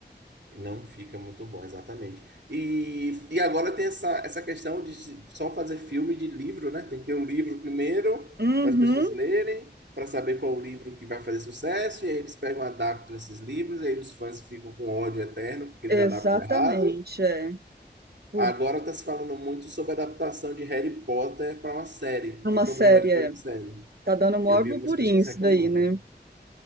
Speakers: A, on the right (about 80°); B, on the right (about 65°).
A: Não fica muito bom, exatamente. E, e agora tem essa, essa questão de se- só fazer filme de livro, né? Tem que ter o livro primeiro,
B: Uhum,
A: para as pessoas lerem, para saber qual o livro que vai fazer sucesso, e aí eles pegam, adaptam esses livros, e aí os fãs ficam com ódio eterno, porque eles
B: exatamente,
A: adaptam errado.
B: é. Por
A: Agora está se falando muito sobre a adaptação de Harry Potter para uma série,
B: uma
A: porque quando
B: série,
A: não é filme,
B: é.
A: é série.
B: Tá dando maior
A: Eu vi
B: burburinho
A: algumas pessoas
B: isso
A: reclamando.
B: daí, né?